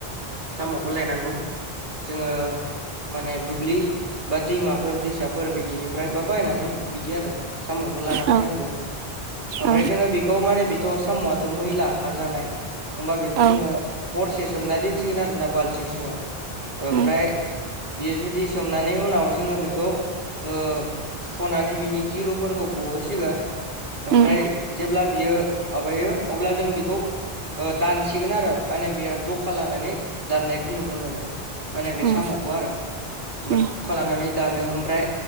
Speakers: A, on the right; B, on the right.
A: साम'खौ लायनांगौ जोङो माने दुब्लि बा दैमाफोर दैसाफोर बिदिनो आमफ्राय बा बायनानै बिदि आरो साम'खौ लाना
B: औ
A: फैनांगौ आमफ्राय
B: औ
A: जोङो बेखौ बेखौ माने बेथ' साम'आथ' मैला हा जानाय होमबा बेखौ
B: औ
A: जोङो हरसे सोमना दोनसिगोन आरोना बालथिं सिंआव ओमफ्राय
B: उम
A: बेयो जुदि सोमनानै उनाव जोङो बेखौ ओ फुख'नानै बिनि गिहुफोरखौ गहोसिगोन आमफ्राय
B: उम
A: जेब्ला बियो माबायो अब्ला जों बिखौ ओ दानसिगोन आरो माने बियो ज'खा लानानै दाननायखौ नुनो मोनो माने बे
B: उम
A: साम'खौ आरो ओमफ्राय
B: उम
A: ज'खा लानानै दानो ओमफ्राय